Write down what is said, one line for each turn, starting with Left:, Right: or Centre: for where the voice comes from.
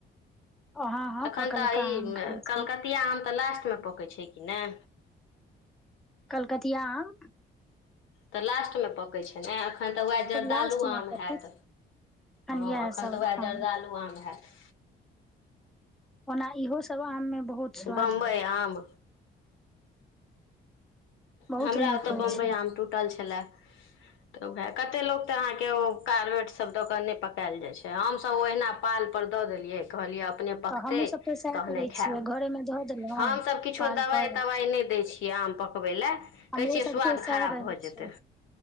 Centre: हँ हँ
Left: एखन
Centre: पकलका
Left: तऽ ई
Centre: आम खाय छी
Left: कलकतीया आम तऽ लास्टमे पकै छै नए
Centre: कलकतिया आम
Left: तऽ लास्टमे पकैत छै नए एखन तऽ वएह जरदालू
Centre: सब लास्ट
Left: आम
Centre: मे पकत
Left: हैत हँ
Centre: इएह
Left: एखन
Centre: सब
Left: तऽ वएह
Centre: आम
Left: जरदालू आम हैत
Centre: ओना इहो सब आम मे बहुत स्वाद
Left: बम्बइ आम
Centre: बहुत
Left: हमरा
Centre: नीक
Left: ओतय
Centre: होइ
Left: बम्बई
Centre: छै
Left: आम टूटल छलए ऽ कते त अहाँके कारबेट सब दऽ क पकायल जाइ छै हमसभ ओहिना प दऽ देलियै कह ना पैकते
Centre: तऽ हमहूँ सब तऽ सएह
Left: तहने
Centre: करै
Left: खैब
Centre: छियै घरेमे धऽ देलहुँ
Left: हम सब
Centre: पाल
Left: दवाई
Centre: पर
Left: तवाई नए देय छीये काम पकबैले कहै
Centre: हमरो
Left: छियै
Centre: सबके
Left: स्वाद
Centre: सएह
Left: खराब
Centre: रहै
Left: भऽ जेतै
Centre: छै